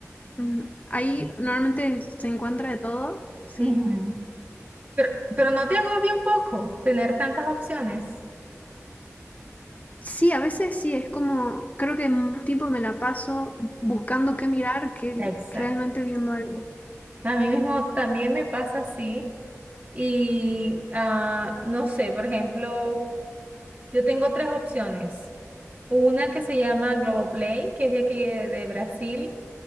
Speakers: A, on the left (about 30°); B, on the right (about 35°).
A: ujú, ahí normalmente se encuentra de todo, sí.
B: Ujú. Pero, pero no te agobia un poco tener tantas opciones.
A: Sí, a veces sí, es como, creo que más tiempo me la paso buscando qué mirar que
B: Exacto.
A: realmente viendo algo.
B: A mí mismo también me pasa así. Y ah, no sé, por ejemplo. Yo tengo tres opciones. Una que se llama Globoplay, que es de aquí de, de Brasil.